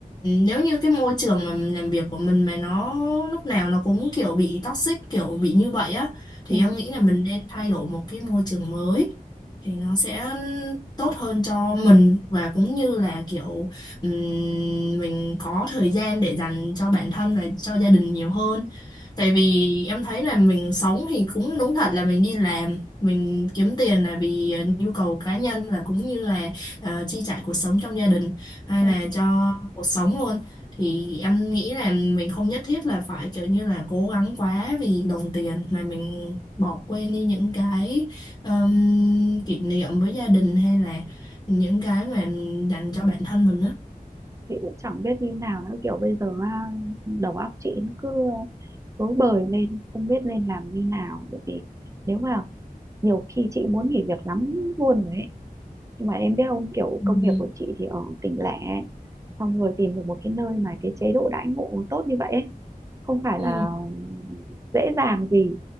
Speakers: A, on the left; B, on the right.
A: nếu như cái môi trường mà mình làm việc của mình mà nó lúc nào nó cũng kiểu bị toxic kiểu bị như vậy á thì
B: ừ,
A: em nghĩ là mình nên thay đổi một cái môi trường mới thì nó sẽ tốt hơn cho mình và cũng như là kiểu ừm, mình có thời gian để dành cho bản thân và cho gia đình nhiều hơn tại vì em thấy là mình sống thì cũng đúng thật là mình đi làm mình kiếm tiền là vì ờ, nhu cầu cá nhân và cũng như là ờ, chi trả cuộc sống trong gia đình hay
B: ừ.
A: là cho cuộc sống luôn thì em nghĩ là mình không nhất thiết là phải kiểu như là cố gắng quá vì đồng tiền mà mình bỏ quên đi những cái ờm, kỷ niệm với gia đình hay là những cái mà dành cho bản thân mình đó
B: chị cũng chẳng biết như nào nữa kiểu bây giờ á, đầu óc chị nó cứ rối bời lên không biết nên làm như nào bởi vì nếu mà nhiều khi chị muốn nghỉ việc lắm luôn rồi ấy nhưng mà em biết không kiểu
A: Ừ.
B: công việc của chị thì ở tỉnh lẻ xong rồi tìm được một cái nơi mà cái chế độ đãi ngộ tốt như vậy ấy. không phải
A: Ừ.
B: là dễ dàng gì